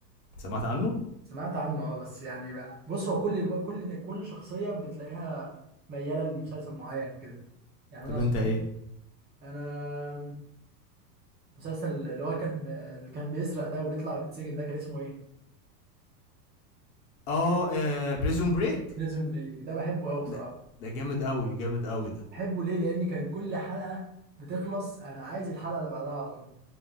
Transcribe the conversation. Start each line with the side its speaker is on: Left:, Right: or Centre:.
Left: سمعت عنه
Right: سمعت عنه اه بس يعني بقى بص هو كل الو- كل كل شخصيه بتلاقيها مياله لمسلسل معين كده يعني
Left: طب
Right: انا صحابي-
Left: انت ايه
Right: انا مسلسل اللي هو كان اللي كان بيسرق ده وبيطلع بيتسجن ده كان اسمه ايه؟
Left: اه, آه بريزون بريك
Right: بريزون بريك ده بحبه قوي بصراحة
Left: ده ده جامد قوي جامد قوي ده
Right: بحبه ليه؟ لأن كان كل حلقة بتخلص أنا عايز الحلقة اللي بعدها على طول